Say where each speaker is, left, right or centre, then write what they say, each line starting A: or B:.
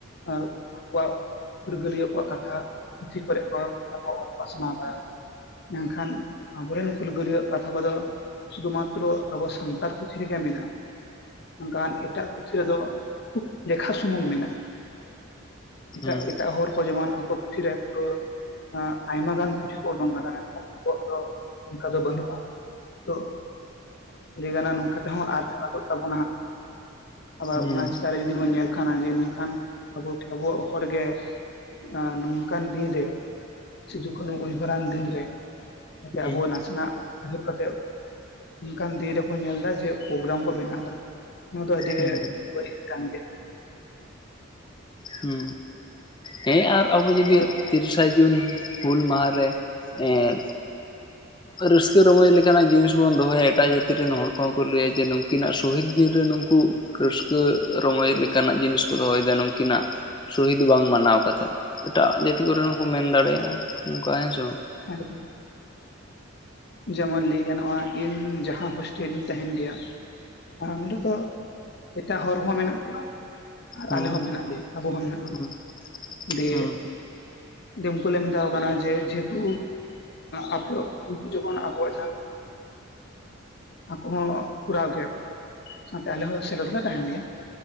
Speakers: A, on the left (about 50°); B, on the left (about 20°).
A: ᱟᱜ ᱠᱚᱣᱟᱜ᱾ ᱯᱷᱩᱨᱜᱟᱹᱞᱤᱭᱟᱹ ᱠᱚᱣᱟᱜ ᱠᱟᱛᱷᱟ ᱯᱩᱛᱷᱤ ᱠᱚᱨᱮᱫ ᱠᱚ ᱜᱟᱴᱟ ᱠᱚ ᱚᱞ ᱯᱤᱥᱱᱟᱣ᱾ ᱢᱮᱱᱠᱷᱟᱱ ᱟᱵᱚᱨᱮᱱ ᱯᱷᱩᱞᱜᱟᱹᱨᱤᱭᱟᱜ ᱠᱟᱛᱷᱟ ᱠᱚᱫᱚ᱾ ᱥᱩᱫᱷᱩ ᱢᱟᱛᱨᱚ ᱟᱵᱚ ᱥᱟᱱᱛᱟᱲ ᱯᱩᱛᱷᱤ ᱨᱮᱜᱮ ᱢᱮᱱᱟᱜᱼᱟ ᱢᱮᱱᱠᱷᱟᱱ ᱮᱴᱟᱜ ᱯᱩᱛᱷᱤ ᱨᱮᱫᱚ᱾ ᱠᱷᱩᱵ ᱞᱮᱠᱷᱟ ᱥᱩᱢᱩᱝ ᱢᱮᱱᱟᱜᱼᱟ ᱮᱴᱟᱜ
B: ᱦᱩᱸ
A: ᱮᱴᱟᱜ ᱦᱚᱲ ᱠᱚ ᱡᱮᱢᱚᱱ ᱟᱠᱚ ᱯᱩᱫᱷᱤ ᱨᱮ ᱨᱩᱨᱟᱹ ᱮᱜ ᱟᱭᱢᱟ ᱜᱟᱱ ᱯᱩᱛᱷᱤ ᱠᱚ ᱩᱰᱩᱝ ᱠᱟᱫᱟ ᱢᱮᱱᱠᱷᱟᱱ ᱟᱵᱚᱣᱟᱜ ᱫᱚ ᱚᱱᱠᱟ ᱫᱚ ᱵᱟᱹᱱᱩᱜᱼᱟ᱾ ᱛᱚ ᱞᱟᱹᱭ ᱜᱟᱱᱚᱜᱼᱟ ᱱᱚᱝᱠᱟ ᱛᱮᱦᱚᱸ ᱟᱫ ᱟᱫᱚᱜ ᱛᱟᱵᱚᱱᱟ ᱦᱟᱸᱜ᱾ ᱟᱵᱟᱨ
B: ᱦᱩᱸ
A: ᱚᱱᱟ ᱪᱮᱛᱟᱱ ᱨᱮ ᱡᱩᱫᱤ ᱵᱚᱱ ᱧᱮᱞ ᱠᱷᱟᱱ ᱡᱮ ᱱᱚᱝᱠᱟᱱ ᱟᱵᱚᱣᱟᱜ ᱚᱠ ᱨᱮᱜᱮ᱾ ᱟᱨ ᱱᱚᱝᱠᱟᱱ ᱫᱤᱱ ᱨᱮ ᱥᱤᱫᱩ ᱠᱟᱹᱱᱩ ᱩᱭᱦᱟᱹᱨᱟᱱ ᱫᱤᱱᱨᱮ᱾ ᱡᱟᱛᱮ
B: ᱦᱩᱸ
A: ᱟᱵᱚ ᱱᱟᱥᱮᱱᱟᱜ᱾ ᱩᱭᱦᱟᱹᱨ ᱠᱟᱛᱮᱫ ᱚᱱᱠᱟᱱ ᱫᱤᱱ ᱨᱮᱠᱚ ᱧᱮᱞ ᱫᱟ ᱡᱮ ᱯᱨᱳᱜᱨᱟᱢ ᱠᱚ ᱵᱮᱱᱟᱣ ᱫᱟ᱾ ᱱᱚᱣᱟ ᱫᱚ ᱟᱹᱰᱤ
B: ᱦᱩᱸ
A: ᱜᱮ ᱵᱟᱹᱲᱤᱡ ᱠᱟᱱ ᱜᱮᱭᱟ᱾
B: ᱦᱩ ᱦᱮ ᱟᱨ ᱟᱵᱚ ᱡᱩᱫᱤ᱾
A: ᱟᱨ
B: ᱛᱤᱨᱤᱥᱟ ᱡᱩᱱ ᱦᱩᱞ ᱢᱟᱦᱟᱨᱮ ᱮᱜ᱾
A: <unintelligible>
B: ᱨᱟᱹᱥᱠᱟᱹ ᱨᱚᱢᱚᱡᱽ ᱞᱮᱠᱟᱱᱟᱜ ᱡᱤᱱᱤᱥ ᱵᱚᱱ ᱫᱚᱦᱚᱭᱟ ᱮᱴᱟᱜ ᱡᱟᱹᱛᱤ ᱨᱮᱱ ᱦᱚᱲ ᱠᱚᱦᱚᱸ ᱠᱚ ᱞᱟᱹᱭᱟ ᱡᱮ ᱱᱩᱠᱤᱱᱟᱜ ᱥᱚᱦᱤᱫ ᱫᱤᱱ ᱨᱮ ᱱᱩᱠᱩ᱾ ᱨᱟᱹᱥᱠᱟᱹ ᱨᱚᱢᱚᱪ ᱞᱮᱠᱟᱱᱟᱜ ᱡᱤᱱᱤᱥ ᱠᱚ ᱫᱚᱦᱚᱭᱮᱫᱟ ᱱᱩᱠᱤᱱᱟᱜ᱾ ᱥᱚᱦᱤᱫ ᱵᱟᱝ ᱢᱟᱱᱟᱣ ᱠᱟᱛᱮᱫ ᱮᱴᱟᱜ ᱡᱟᱹᱛᱤ ᱠᱚᱨᱮᱱ ᱦᱚᱸᱠᱚ ᱢᱮᱱ ᱫᱟᱲᱮᱭᱟᱜᱼᱟ ᱚᱱᱠᱟ ᱦᱮᱸᱥᱮ᱾
A: ᱮᱠᱫᱚᱢ ᱡᱮᱢᱚᱱ ᱞᱟᱹᱭ ᱜᱟᱱᱚᱜᱼᱟ ᱤᱧ ᱡᱟᱦᱟ ᱦᱳᱥᱴᱮᱞ ᱨᱤᱧ ᱛᱟᱦᱮᱱ ᱜᱮᱭᱟ ᱱᱚᱸᱰᱮ ᱫᱚ᱾ ᱮᱴᱟᱜ ᱦᱚᱲ ᱦᱚ ᱢᱮᱱᱟᱜ ᱠᱚᱣᱟ᱾ ᱟᱨ
B: ᱦᱩᱸ
A: ᱟᱞᱮ ᱦᱚᱸ ᱢᱮᱱᱟᱜ ᱞᱮᱭᱟ ᱟᱵᱚ ᱦᱚᱸ ᱢᱮᱱᱟᱜ ᱵᱚᱱᱟ
B: ᱦᱩᱸ
A: ᱫᱮ᱾
B: ᱦᱩᱸ
A: ᱫᱮ ᱩᱱᱠᱩ ᱞᱮ ᱢᱮᱛᱟ ᱠᱚ ᱠᱟᱱᱟ ᱡᱮ ᱡᱮᱦᱮᱛᱩ ᱟᱜ ᱟᱯᱮ᱾ ᱡᱚᱠᱷᱚᱱ ᱟᱠᱚᱣᱟᱜ ᱡᱟᱦᱟ <unintelligible> ᱟᱠᱚ ᱦᱚᱸ ᱠᱚᱨᱟᱣ ᱜᱮᱭᱟ ᱠᱚ᱾ ᱥᱟᱶᱛᱮ ᱟᱞᱮ ᱦᱚᱸ ᱥᱮᱞᱮᱫ ᱞᱮ ᱛᱟᱦᱮᱱ ᱜᱮᱭᱟ